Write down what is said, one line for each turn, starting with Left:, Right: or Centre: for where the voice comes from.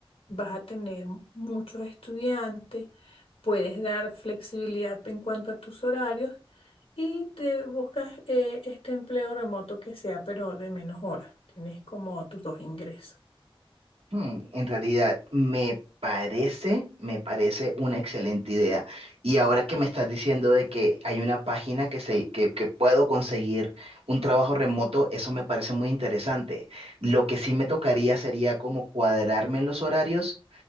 Left: vas a tener muchos estudiantes, puedes dar flexibilidad en cuanto a tus horarios y te buscas eh, este empleo remoto que sea, pero de menos horas. Tienes como tus dos ingresos.
Right: Hmm, en realidad, me parece, me parece una excelente idea. Y ahora que me estás diciendo de que hay una página que, se, que, que puedo conseguir un trabajo remoto, eso me parece muy interesante. Lo que sí me tocaría sería como cuadrarme en los horarios